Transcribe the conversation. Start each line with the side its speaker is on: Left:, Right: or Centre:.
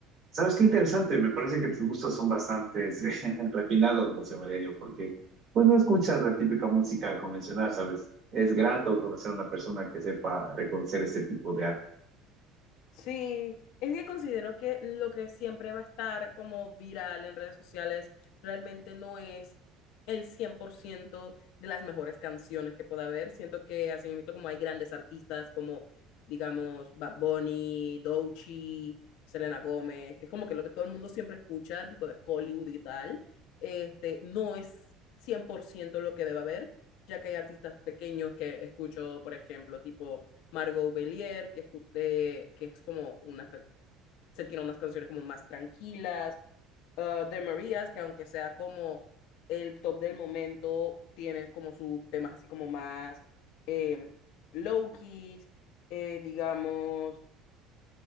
Right: ¿Sabes qué interesante? Me parece que tus gustos son bastante <laughs> refinados, José Valerio, porque pues no escuchas la típica música convencional, ¿sabes? Es grato conocer a una persona que sepa reconocer este tipo de arte.
Left: Sí, es que considero que lo que siempre va a estar como viral en redes sociales realmente no es el 100% de las mejores canciones que pueda haber. Siento que así mismo como hay grandes artistas como, digamos, Bad Bunny, Doechii, Selena Gómez, que es como que lo que todo el mundo siempre escucha, tipo de Hollywood y tal, este, no es 100% lo que debe haber, ya que hay artistas pequeños que escucho, por ejemplo, tipo Margot Bellier, que, eh, que es como una, se tiene unas canciones como más tranquilas, uh, de Marías, que aunque sea como el top del momento, tiene como sus temas así como más eh, low-keys, eh, digamos,